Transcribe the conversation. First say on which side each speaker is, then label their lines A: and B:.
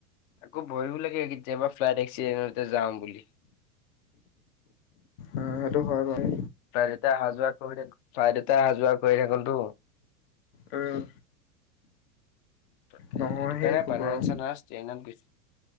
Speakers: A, on the left; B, on the left.
A: আকৌ ভয়ো লাগে কেতিয়াবা ফ্লাইট এক্সিডেণ্টতে যাওঁ বুলি। <unintelligible>
B: উ সেইটো হয় বাৰু।
A: ফ্লাইটতে অহা যোৱা কৰি থাক ফ্লিটতে অহা যোৱা কৰি থাকোনতো।
B: উম।
A: তাকে
B: নহয়
A: সেইটো
B: সেই
A: কাৰণে
B: একো
A: বানাৰাছ
B: বাৰু
A: চন ট্ৰেইনত গৈছে।